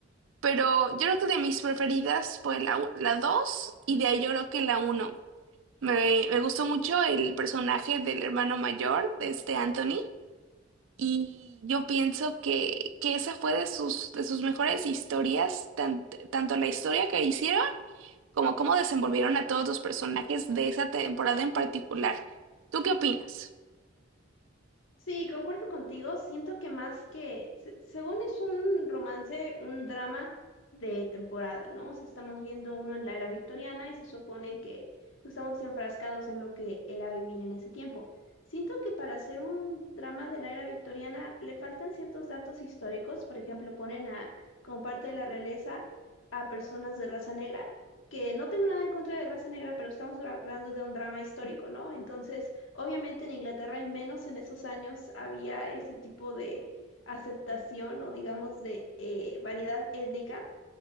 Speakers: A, on the right; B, on the left.
A: Pero yo creo que de mis preferidas fue la, u- la 2 y de ahí yo creo que la uno Me, me gustó mucho el personaje del hermano mayor, de este Anthony, y yo pienso que, que esa fue de sus, de sus mejores historias, tan- tanto la historia que hicieron como cómo desenvolvieron a todos los personajes de esa temporada en particular. ¿Tú qué opinas?
B: Sí, concuerdo contigo. Siento que más que, se- según es un romance, un drama de temporada, ¿no? O sea, estamos viendo uno en la era victoriana y se supone que pues, estamos enfrascados en lo que era vivir en ese tiempo. Siento que para hacer un drama de la era victoriana le faltan ciertos datos históricos. Por ejemplo, ponen a, como parte de la realeza a personas de raza negra, que no tengo nada en contra de raza negra, pero estamos hablando de un drama histórico, ¿no? Entonces... Obviamente en Inglaterra, al menos en esos años, había ese tipo de aceptación o digamos de eh, variedad étnica,